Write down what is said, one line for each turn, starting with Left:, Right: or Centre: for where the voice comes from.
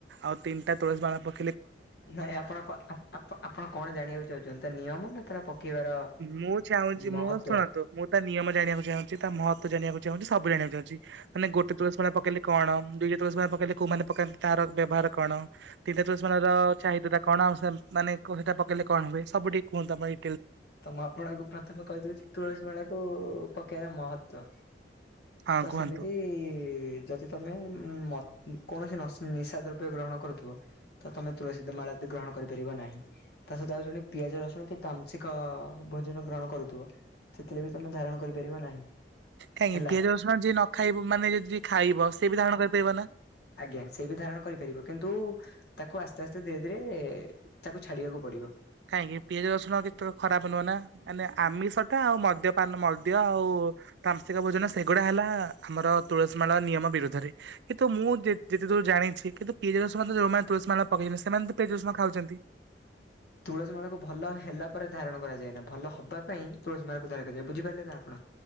Right: ଆଉ ତିନିଟା ତୁଳସୀ ମାଳା ପ
Left: ନାଇଁ ଆପଣ କଣ ଆପ୍ ଆପ୍ ଆପ୍ ଆପଣ କଣ ଜାଣିବାକୁ ଚାହୁଁଛନ୍ତି? ତା ନିୟମ ନା ତାର ପକେଇବାର
Right: ମୁଁ ଚାହୁଁଛି
Left: ମହତ୍ଵ
Right: ମୁଁ ଶୁଣନ୍ତୁ ମୁଁ ତା ନିୟମ ଜାଣିବାକୁ ଚାହୁଁଛି ତା ମହତ୍ଵ ଜାଣିବାକୁ ମୁଁ ଚାହୁଁଛି ସବୁ ଜାଣିବାକୁ ଚାହୁଁଛି ମାନେ ଗୋଟେ ତୁଳସୀ ମାଳା ପକେଇଲେ କଣ ଦୁଇଟା ତୁଳସୀ ମାଳା ପକେଇଲେ କୋଉମାନେ ପକାନ୍ତି ତାର ବ୍ୟବହାର କଣ ତିନିଟା ତୁଳସୀ ମାଳାର ଚାହିଦା ଟା କଣ ଆଉ ମାନେ କଣ ସେଟା ପକେଇଲେ କଣ ହୁଏ? ସବୁଠିକ ମୁଁ ତା ପାଇଁ
Left: ତ ମୁଁ ଆପଣଙ୍କୁ ପ୍ରଥମେ କହିଦଉଛି ତୁଳସୀ ମେଳାକୁ ପକେଇବାର ମହତ୍ଵ
Right: ହଁ
Left: ତ
Right: କୁହନ୍ତୁ।
Left: ସେମିତି ଯଦି ତମେ ମ ଉଁ କୌଣସି ନଶ ନିଶା ଦ୍ରବ୍ୟ ଗ୍ରହଣ କରୁଥିବ। ତ ତମେ ତୁଳସୀ ତ ମାଳା ଦ ଗ୍ରହଣ କରିପାରିବ ନାହିଁ ତା ସହିତ ଆଉ ଜଣେ ପିଆଜ ରସୁଣ କି ତାମସିକ୍ ଏକ ଭୋଜନ ଗ୍ରହଣ କରୁଥିବ ସେଥିରେ ବି ତମେ ଧାରଣ କରିପାରିବ ନାହିଁ।
Right: କାହିଁକି
Left: ହେଲା
Right: ପିଆଜ ରସୁଣ ଯିଏ ନ ଖାଇବ ମାନେ ଯିଏ ଯଦି ଖାଇ ଥିବ ସେ ବି ଧାରଣ କରିପାରିବ ନା?
Left: ଆଜ୍ଞା ସେ ବି ଧାରଣ କରିପାରିବ କିନ୍ତୁ ତାକୁ ଆସ୍ତେ ଆସ୍ତେ ଧୀରେ ଧୀରେ ତାକୁ ଛାଡିବାକୁ ପଡିବ।
Right: କାହିଁକି ପିଆଜ ରସୁଣ କିଛି ତ ଖରାପ ନୁହଁ ନା, ମାନେ ଆମିଷଟା ଆଉ ମଦ୍ୟପାନ ମଦ୍ୟ ଆଉ ତାମସିକ ଭୋଜନ ସେଗୁଡା ହେଲା ଆମର ତୁଳସୀ ମାଳା ନିୟମ ବିରୁଦ୍ଧରେ କିନ୍ତୁ ମୁଁ ଯେ ଯେତେ ଦୂର ଜାଣିଛି କିନ୍ତୁ ପିଆଜ ରସୁଣ ତ ଯୋଉମାନେ ତୁଳସୀ ମାଳା ପକେଇଛନ୍ତି ସେମାନେ ତ ପିଆଜ ରସୁଣ ଖାଉଛନ୍ତି।
Left: ତୁଳସୀ ମାଳାକୁ ଭଲ ହେଲା ପରେ ଧାରଣ କରାଯାଏ ନା ଭଲ ହବା ପାଇଁ ତୁଳସୀ ମାଳାକୁ ଧାରଣ କରାଯାଏ ବୁଝିପାରିଲେ ନା ଆପଣ?